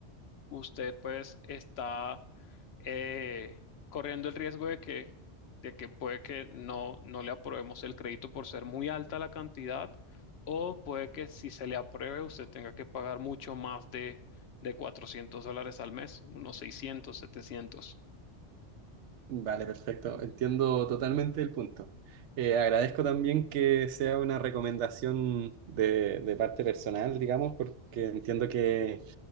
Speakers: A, on the left; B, on the right.
A: usted pues está eh, corriendo el riesgo de que, de que puede que no, no le aprobemos el crédito por ser muy alta la cantidad o puede que si se le apruebe usted tenga que pagar mucho más de, de 400 dólares al mes, unos seiscientos setecientos
B: Vale, perfecto. Entiendo totalmente el punto. Eh, agradezco también que sea una recomendación de, de parte personal, digamos, porque entiendo que